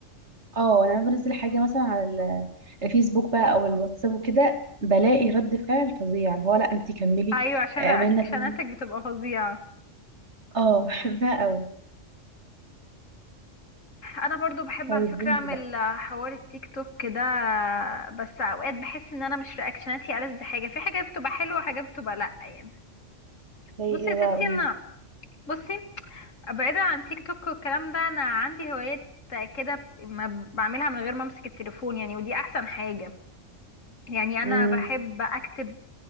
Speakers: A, on the right; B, on the left.
A: اه انا لما بنزل حاجه مثلا على ال- الفيسبوك بقى او الواتساب وكده بلاقي رد فعل فظيع اللي هو لا انتي كملي
B: أيوة عشان
A: اعملنا
B: رياكشناتك
A: تاني
B: بتبقى فظيعة
A: اه بحبها قوي
B: أنا برضو بحب
A: طيب
B: على فكرة
A: وانت
B: أعمل
A: بقى
B: آه، حوار التيك توك ده بس أوقات بحس إن أنا مش رياكشناتي ألذ حاجة في حاجات بتبقى حلوة وحاجات بتبقى لأ يعني
A: زي ايه
B: بصي يا ستي
A: بقى قوليلي
B: أنا بصي بعيدا عن تيك توك والكلام ده انا عندي هوايات كده ما بعملها من غير ما امسك التليفون يعني ودي احسن حاجة يعني انا
A: امم
B: بحب اكتب